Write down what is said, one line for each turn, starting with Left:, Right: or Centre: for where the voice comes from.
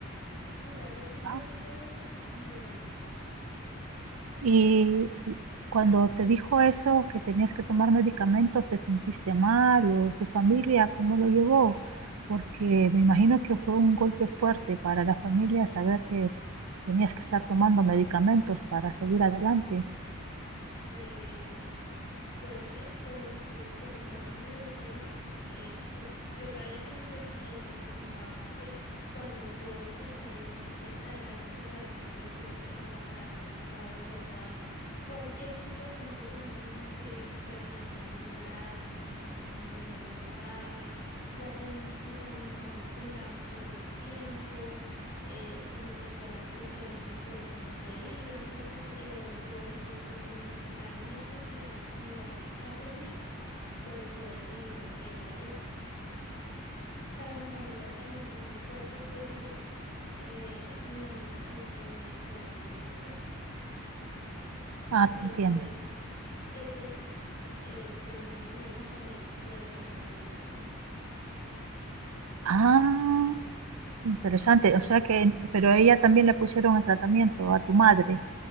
Left: O sea, eso es un proceso
Right: Ah,
Left: muy grande.
Right: y, y cuando te dijo eso, que tenías que tomar medicamentos, ¿te sentiste mal? ¿O tu familia cómo lo llevó? Porque me imagino que fue un golpe fuerte para la familia saber que tenías que estar tomando medicamentos para seguir adelante.
Left: fue fuerte porque cuando a mí me lo dijeron, eh, pues yo sabía que necesi- los necesitaba porque cuando yo empecé a ir al psiquiatra era porque realmente yo ya no aguantaba, yo estaba desbordada. Cualquier situación, por lo más mínimo que sea, me dan ganas de llorar, ya me dan ganas como de no levantarme, la tem- o sea, mis manos temblaban todo el tiempo eh, como te decía, la presión en el pecho no se iba, entonces eh, yo dije, pues si me recetaron esto y me va, me va a hacer bien, pues voy a seguirlo al pie de la letra. Para mi familia también fue muy fuerte porque eh, mi mamita sufre de ansiedad y depresión, entonces
Right: Ah, te entiendo.
Left: eso, eh, según me dijeron, también puede ser hereditario.
Right: Ah, interesante. O sea que, pero a ella también le pusieron el tratamiento a tu madre.